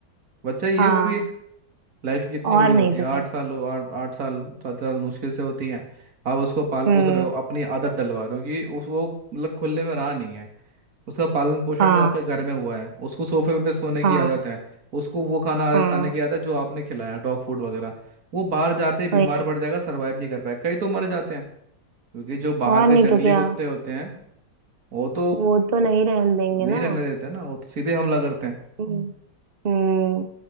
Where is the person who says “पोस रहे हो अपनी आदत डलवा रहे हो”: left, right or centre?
Right